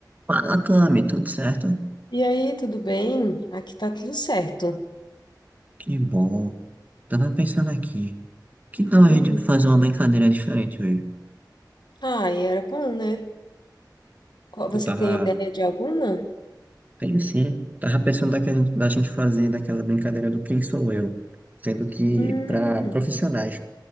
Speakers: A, on the right; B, on the left.
A: Fala, Cami, tudo certo?
B: E aí, tudo bem? Aqui tá tudo certo.
A: Que bom. Tava pensando aqui, que tal
B: Uhum.
A: a gente fazer uma brincadeira diferente hoje?
B: Ah, e era bom, né? Qual-
A: Que
B: Você
A: Eu tava,
B: tem ideia de alguma?
A: tenho sim, tava pensando da, que a gente, da gente fazer daquela brincadeira do Quem Sou Eu, sendo que
B: Hum,
A: para profissionais,